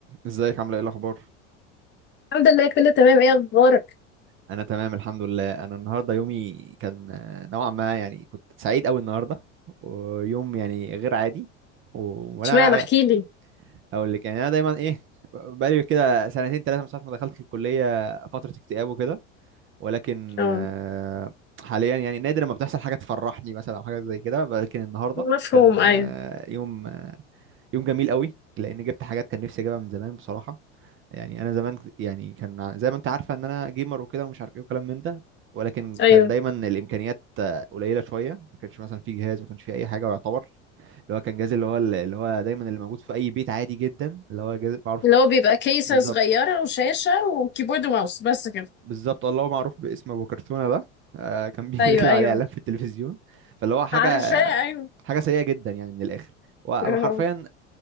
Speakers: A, on the right; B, on the left.
A: ازيك عامله ايه الاخبار
B: الحمد لله كله تمام ايه اخبارك
A: انا تمام الحمد لله انا النهارده يومي كان آه، نوعا ما يعني كنت سعيد قوي النهارده ويوم يعني غير عادي و... وانا
B: اشمعنى احكي
A: غ-
B: لي
A: اقول لك يعني انا دايما ايه بقالي كده سنتين ثلاثه من ساعه ما دخلت الكليه فتره اكتئاب وكده ولكن
B: اه
A: آه، حاليا يعني نادر ما بتحصل حاجه تفرحني مثلا او حاجه زي كده ولكن النهارده
B: مفهوم
A: كان
B: ايوه
A: آه، يوم يوم جميل قوي لان جبت حاجات كان نفسي اجيبها من زمان بصراحه يعني انا زمان ك- يعني كان ع- زي ما انت عارفه ان انا جيمر وكده ومش عارف ايه وكلام من ده ولكن
B: ايوه
A: كان دايما الامكانيات آه، قليله شويه ما كانش مثلا في جهاز ما كانش في اي حاجه يعتبر اللي هو كان جهاز اللي هو اللي هو دايما اللي موجود في اي بيت عادي جدا اللي هو جهاز بعرف
B: اللي هو بيبقى كيسة
A: بالظبط
B: صغيرة وشاشة وكيبورد وماوس بس كده
A: بالظبط الله هو معروف باسم ابو كرتونه ده آه، كان بي- <laughs>
B: ايوه
A: بيطلع
B: ايوه
A: عليه اعلان في التلفزيون فاللي هو حاجه
B: عارفة ايوه
A: حاجه سيئه جدا يعني من الاخر وحرفيا
B: اه